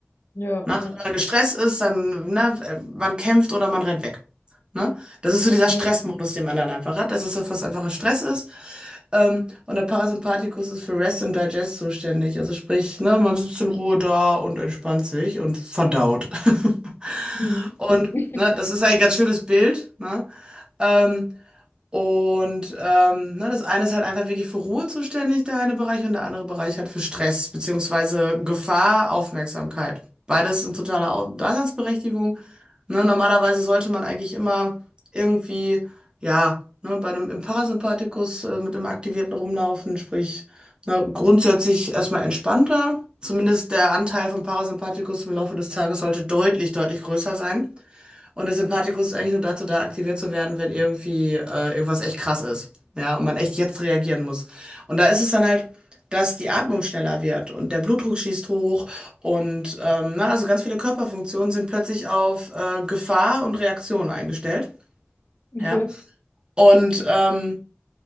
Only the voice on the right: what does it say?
Ne?
Also wenn man gestresst ist, dann, ne, äh, man kämpft oder man rennt weg. Ne? Das ist so dieser Stressmodus,
den man dann einfach hat. Das ist das, was einfacher Stress ist. Ähm, und der Parasympathikus ist für Rest and Digest zuständig. Also sprich, ne, man sitzt in Ruhe da und entspannt sich und verdaut. <laughs>
Und
ne, das ist ein ganz schönes Bild. Ne? Ähm, und ähm, ne, das eine ist halt einfach wirklich für Ruhe zuständig, der eine Bereich, und der andere Bereich halt für Stress, beziehungsweise Gefahr, Aufmerksamkeit. Beides sind totale Au- Daseinsberechtigung. Ne, normalerweise sollte man eigentlich immer irgendwie, ja, ne, bei einem im Parasympathikus äh, mit einem aktivierten rumlaufen, sprich, ne, grundsätzlich erstmal entspannter. Zumindest der Anteil vom Parasympathikus im Laufe des Tages sollte deutlich, deutlich größer sein. Und der Sympathikus ist eigentlich nur dazu da, aktiviert zu werden, wenn irgendwie äh, irgendwas echt krass ist. Ja, und man echt jetzt reagieren muss. Und da ist es dann halt, dass die Atmung schneller wird und der Blutdruck schießt hoch und ähm, na, also ganz viele Körperfunktionen sind plötzlich auf äh, Gefahr und Reaktion eingestellt.
Ja. Und ähm,